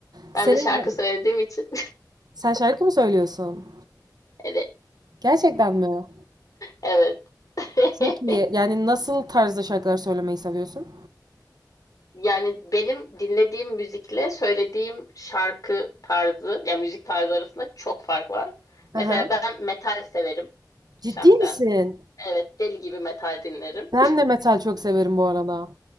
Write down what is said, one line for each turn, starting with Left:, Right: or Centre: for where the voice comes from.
Left: Ben
Right: Senin
Left: de şarkı söylediğim için.
Right: sen şarkı mı söylüyorsun?
Left: <laughs> Evet.
Right: Gerçekten mi?
Left: Evet. <laughs>
Right: Çok iyi. Yani nasıl tarzda şarkılar söylemeyi seviyorsun?
Left: Yani benim dinlediğim müzikle söylediğim şarkı tarzı, yani müzik tarzı arasında çok fark var.
Right: Hı
Left: Mesela ben metal severim
Right: Ciddi
Left: şahsen.
Right: misin?
Left: Evet, deli gibi metal dinlerim.
Right: Ben de metal çok severim bu arada.